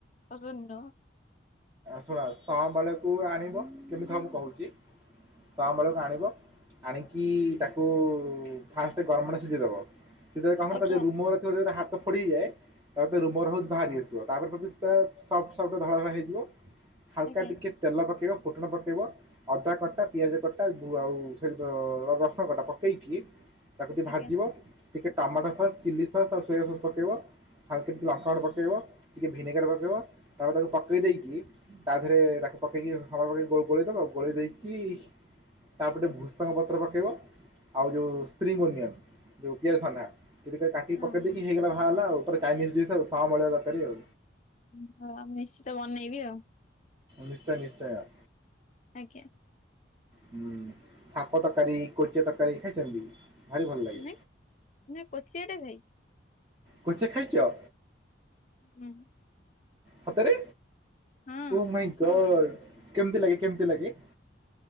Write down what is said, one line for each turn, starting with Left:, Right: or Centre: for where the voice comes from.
Left: ଅରଣ୍ୟ।
Right: ଶୁଣ, ସଁବାଳୁଆକୁ ଆଣିବ। କେମିତି ହବ କହୁଛି? ସଁବାଳୁଆକୁ ଆଣିବ ଆଣିକି ତାକୁ ଫାଷ୍ଟ ଗରମ ପାଣିରେ ସିଝେଇଦବ। ସେଥିବେଳେ କଣ
Left: ଆଜ୍ଞା
Right: କରିବୁ ମୋର <unintelligible> ଗୁଡା ହାତ ଫଡି ହେଇଯାଏ ତାପରେ ରୁମର ହଉଛି ବାହାରି ଆସିବ। ତାପରେ ସିଏ ସପ୍ଟ ସପ୍ଟ ଧଳା ଧଳା ହେଇଯିବ। ହାଲକା
Left: ଆଜ୍ଞା
Right: ଟିକେ ତେଲ ପକେଇବ ଫୁଟଣ ପକେଇବ। ଅଦା କଟା ପିଆଜ କଟା ପୁ‌ ଆଉ ସେ ର ରସୁଣ କଟା ପକେଇକି ତାକୁ ଟିକେ
Left: ଆଜ୍ଞା
Right: ଭାଜିବ ଟିକେ ଟମାଟୋ ସସ୍, ଚିଲି ସସ୍, ଆଉ ସୋୟା ସସ୍, ପକେଇବ ଖାଲ ଟିକେ ଲଙ୍କାଗୁଣ୍ଡ ପକେଇବ ଟିକେ ଭିନେଗାର ପକେଇବ ତାପରେ ତାକୁ ପକେଇ ଦେଇକି ତା ଦେହରେ ତାକୁ ପକେଇକି <unintelligible> ପକେଇକି ଗୋ ଗୋଳେଇ ଦବ ଗୋଲେଇ ଦେଇକି ତାପଟେ ଭୁସଙ୍ଗ ପତ୍ର ପକେଇବ। ଆଉ ଯଉ ସ୍ତ୍ରୀ ଓନିଅନ୍ ଯେଉଁ ପିଆଜସଣ୍ଡା ସେଇଥିରେ କାଟିକି
Left: ହଁ
Right: ପକେଇ
Left: ହଁ।
Right: ଦେଇକି ହେଇଗଲା ବାହାରିଲା ଆଉ ଚାଇନି ଡିସ୍ ସଁବାଳୁଆ ତରକାରୀ ଆଉ।
Left: ହୁଁ ହଁ ମୁଁ ନିଶ୍ଚିତ ବନେଇବି ଆଉ।
Right: ନିଶ୍ଚୟ ନିଶ୍ଚୟ।
Left: ଆଜ୍ଞା।
Right: ହୁଁ ସାପ ତରକାରୀ, କୋଚିଆ ତରକାରୀ ଖାଇଛନ୍ତି ଭାରି ଭଲ ଲାଗେ।
Left: ନାଇଁ ନା କୋଚିଆଟା ଖାଇ
Right: କୋଚିଆ ଖାଇଚ?
Left: ହୁଁ।
Right: ସତରେ
Left: ହଁ
Right: ଓ ମାଇଁ ଗଡ କେମ୍ତି ଲାଗେ କେମ୍ତି ଲାଗେ?